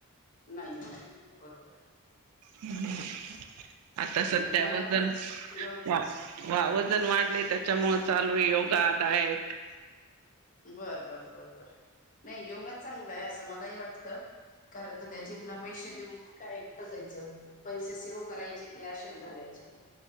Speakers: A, on the left; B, on the right.
A: नाही नाही नाही बरोबर हाय.
B: ह आता सध्या
A: मला
B: वजण
A: पण यो
B: व वजन वाढलयं त्याच्यामुंळे चालूए योगा डायट.
A: बर बर बर बर नाही योगा चांगला आहे असं मलाही वाटत. कारण तर त्याचे मला पैसे देऊन काय कुठं जायचं पैसे सेव्ह करायचे की अशेच घालायचे. मग